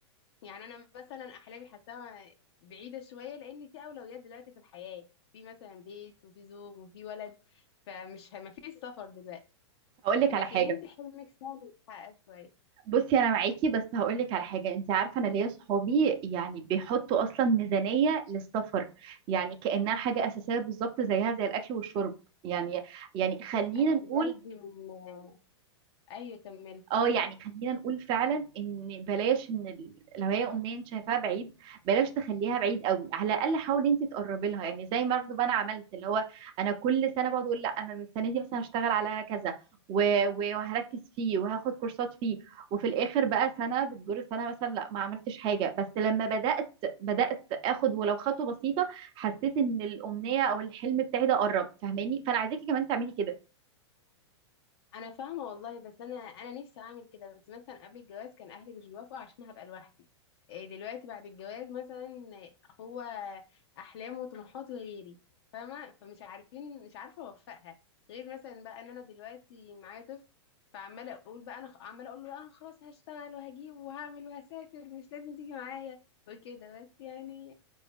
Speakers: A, on the left; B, on the right.
A: يعني انا مثلا احلامي حاساها بعيده شويه لان في اولويات دلوقتي في الحياه في مثلا بيت وفي زوج وفي ولد فمش ما فيش سفر دلوقتي
B: هقول لك
A: لكن
B: على حاجه
A: انت حلمك سهل يتحقق شويه
B: بصي انا معاكي بس هقول لك على حاجه انت عارفه انا ليا صحابي يعني بيحطوا اصلا ميزانيه للسفر يعني كانها حاجه اساسيه بالظبط زيها زي الاكل والشرب يعني يعني خلينا
A: انا
B: نقول
A: بجد من ايوه كملي
B: اه يعني خلينا نقول فعلا ان بلاش ان ال... لو هي امنيه انت شايفاها بعيد بلاش تخليها بعيد قوي على الاقل حاولي انت تقربي لها يعني زي ما برضه انا عملت اللي هو انا كل سنه بقعد اقول لا انا السنه دي مثلا هشتغل على كذا و... و- وهركز فيه وهاخد كورسات فيه وفي الاخر بقى سنه بتجر سنه مثلا لا ما عملتش حاجه بس لما بدات بدات اخد ولو خطوه بسيطه حسيت ان الامنيه او الحلم بتاعي ده قرب فاهماني فانا عايزاكي كمان تعملي كده
A: انا فاهمه والله بس انا انا نفسي اعمل كده بس مثلا قبل الجواز كان اهلي مش بيوافقوا عشان هبقى لوحدي إيه دلوقتي بعد الجواز مثلا هو احلامه وطموحاته غيري فاهمه فمش عارفين مش عارفه اوفقها غير مثلا بقى ان انا دلوقتي معايا طفل فعماله اقول بقى انا خ- عماله اقول له لا انا خلاص هشتغل وهجيب وهعمل وهسافر مش لازم تيجي معايا وكده بس يعني